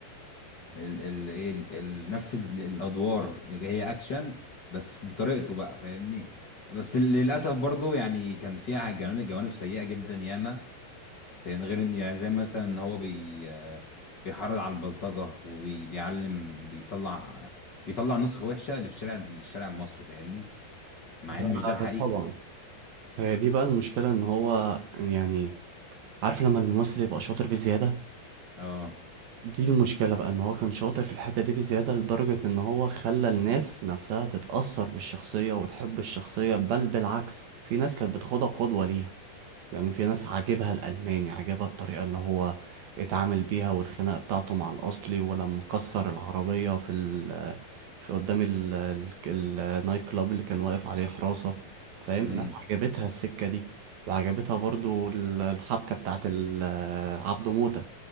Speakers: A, on the left; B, on the right.
A: ال ال ايه ال ال- نفس ال- الادوار هي اكشن بس بطريقته بقى فاهمني بس للاسف برضو يعني كان فيها جوانب جوانب سيئه جدا ياما فاهمني غير ان يعني زي مثلا ان هو بي آه، بيحرض على البلطجه وبيعلم بيطلع بيطلع نسخه وحشه للشارع للشارع المصري فاهمني مع
B: ده
A: ان مش ده الحقيقه
B: طبعا هي دي بقى المشكلة ان هو يعني عارف لما الممثل يبقى شاطر بزيادة
A: اه
B: دي المشكلة بقى ان هو كان شاطر في الحتة دي بزيادة لدرجة ان هو خلى الناس نفسها تتأثر بالشخصية وتحب الشخصية بل بالعكس في ناس كانت بتاخدها قدوة ليها يعني في ناس عاجبها الألماني عاجبها الطريقة اللي هو اتعامل بيها والخناقة بتاعته مع الأصلي ولما كسر العربية في ال في قدام ال- ال- النايت كلاب اللي كان واقف عليه حراسة فاهم
A: امم
B: ناس عجبتها السكة دي وعجبتها برضو ال- الحبكة بتاعت ال- عبده موتة